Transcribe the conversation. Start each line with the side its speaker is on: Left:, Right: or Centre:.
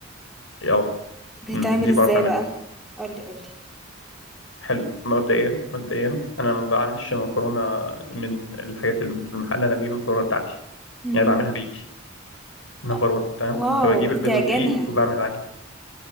Left: اه
Centre: بتتعمل
Left: أمم، دي
Centre: ازاي
Left: بعرف
Centre: بقى قولي قولي
Left: حلو مبدئيا مبدئيا انا ما بعملش مكرونه من الحاجات اللي في المحل انا بجيب المكرونه بتاعتي
Centre: مم.
Left: يعني بعملها بايدي نمبر
Centre: آه،
Left: 1 تمام
Centre: واو
Left: فبجيب
Centre: بتعجنها
Left: البيض والدقيق وبعمل العجين